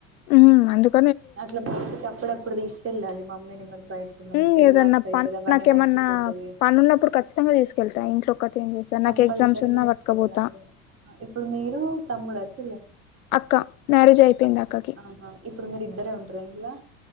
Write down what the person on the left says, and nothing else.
ఉమ్ అందుక్
హ్మ్ ఏదన్నా
పన్
నాకేమన్నా
పనున్నప్పుడు ఖచ్చితంగా తీసుకెళ్తా ఇంట్లోక్కతే ఏం చేస్తా
నాకు ఎగ్జామ్స్ ఉన్నా
పట్టుకపోతా
అక్క మ్యారేజ్ అయిపోయింది
అక్కకి